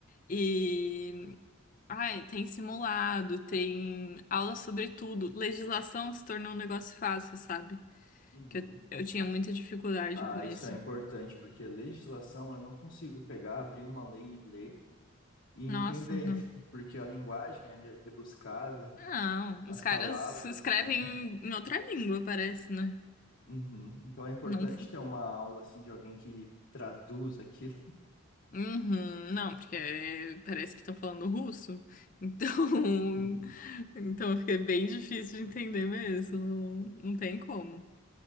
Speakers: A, on the left (about 40°); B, on the left (about 65°).
A: e ai, tem simulado, tem aula sobre tudo. Legislação se tornou um negócio fácil, sabe?
B: Uhum.
A: Que eu, eu tinha muita dificuldade
B: Ah,
A: com
B: isso
A: isso.
B: é importante, porque legislação eu não consigo pegar, abrir uma lei e ler e entender,
A: Nossa, não.
B: <laughs> porque a linguagem é re- rebuscada,
A: Não,
B: as
A: os caras
B: palavras,
A: escrevem
B: é.
A: em outra língua, parece, né?
B: Uhum. Então é importante
A: Não,
B: ter uma aula assim de alguém que traduz aquilo.
A: Uhum, não, porque é- parece que estão falando russo, então,
B: <laughs>
A: <laughs> então fica bem difícil de entender mesmo, não, não tem como.